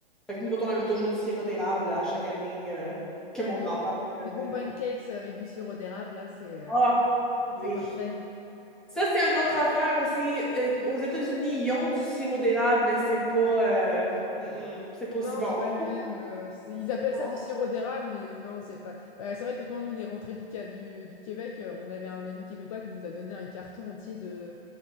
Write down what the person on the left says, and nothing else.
Ouais,
des
bons
des bons pancakes avec du sirop d'érable là, c'est, heu,
c'est parfait.
Non,
c'est pas le même. euh, c'est- ils appellent
ça du sirop d'érable, mais non, c'est pas. Bah, c'est vrai que quand on est rentré du, Ca- du, du Québec, euh, on avait un ami québécois qui nous a donné un carton entier de,